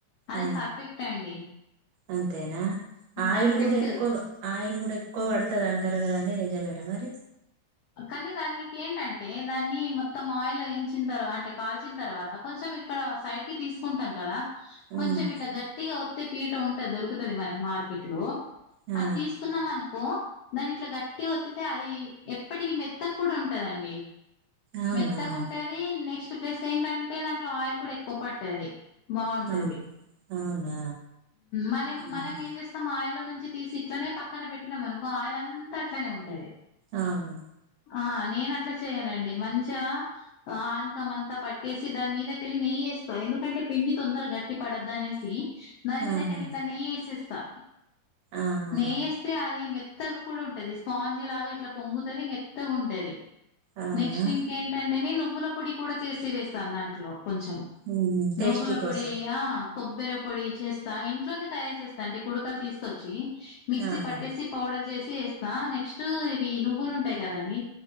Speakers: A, on the left; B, on the right.
A: అది
B: ఆ,
A: పర్ఫెక్ట్ అండి
B: అంతేనా ఆయిల్
A: పర్ఫెక్ట్
B: కూడా ఎక్కువ ఆయిల్ కూడా ఎక్కువ పడుతది అంటారు కదండి నిజమేనా మరి
A: కానీ దానికి ఏంటంటే దాన్ని మొత్తం ఆయిల్ వేయించిన తర్వా అంటే కాల్చిన తర్వాత కొంచెం మే ఇక్కడ సైడ్ కి తీసుకుంటాం కదా కొంచెం
B: ఉమ్
A: ఇట్లా గట్టిగా వతే పీట ఉంటది దొరుకుతది మనకి మార్కెట్ లో
B: ఆ
A: అది తీసుకున్నాం అనుకో దాని ఇట్లా గట్టిగా ఒత్తితే అది ఇప్పటికి మెత్తకు కూడా ఉంటదండి
B: అవునా
A: మెత్తగా ఉంటది నెక్స్ట్ ప్లస్ ఏంటంటే దాంట్లో ఆయిల్ కూడా ఎక్కువ పట్టది. బాగుంటది
B: ఆ అవునా
A: మనం
B: ఉహు.
A: మనం ఏం చేస్తాం ఆయిల్ లో నుంచి ఇచ్చి తీసి ఇట్లనే పక్కన పెట్టినాం అనుకో ఆయిల్ అంతా అట్లానే ఉంటది.
B: అవును
A: ఆ నేను అట్లా చెయనండి మంచిగా ఆన్కాం అంతా పట్టేసి దాని మీదకిళ్ళి నెయ్యి ఇస్తా ఎందుకంటే పిండి తొందరగా గట్టి పడద్ద అనేసి దాని మీద
B: ఆహా
A: కెట్ల ఇట్లా నెయ్యి వేసేస్తా
B: ఆహా
A: నెయ్య వేస్తే అది మె మెత్తగా కూడా ఉంటది స్పాంజీ లాగా ఇట్లా పొంగుతది మెత్తగా ఉంటది.
B: అవునా
A: నెక్స్ట్ ఇంకేంటంటే నేను నువ్వుల పొడి కూడా చేసి వేస్తాను దాంట్లో కొంచం
B: ఉహు. టేస్టీ
A: నువ్వుల
B: కోసం
A: పొడి ఆ కొబ్బర పొడి చేస్తా ఇంట్లోనే తయారు చేస్తా అంటే కుడకలు తీసుకొచ్చి మిక్సీ
B: ఆహా
A: పట్టేసి పౌడర్ చేసి వేస్తా నెక్స్ట్ ఇవి నువ్వులు ఉంటాయి కదండి